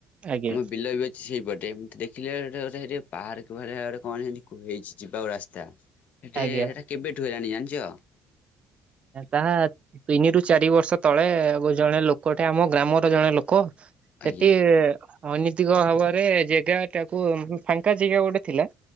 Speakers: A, on the right; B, on the left.
A: ଆଜ୍ଞା।
B: ଆମ ବିଲ ବି ସେଇପଟେ ଏମତି ଦେଖିଲେ ଗୋଟେ ଗୋଟେ ଗୋଟେ ପାର୍କ ଭଳିଆ ଗୋଟେ କଣ ସେମିତି କୁ ହେଇଛି ଯିବାକୁ ରାସ୍ତା। ସେଠେ
A: ଆଜ୍ଞା
B: ସେଟା କେବେଠୁ ହେଲାଣି ଜାଣିଚ।
A: ତାହା ତିନିରୁ ଚାରି ବର୍ଷ ତଳେ ଗୋ ଜଣେ ଲୋକଟେ ଆମ ଗ୍ରାମର ଜଣେ ଲୋକ ସେଠି
B: ଆଜ୍ଞା
A: ଅନୀତିକ ଭାବରେ ଜେଗା ଟାକୁ ଉଁ ଫାଙ୍କା ଜେଗା ଗୋଟେ ଥିଲା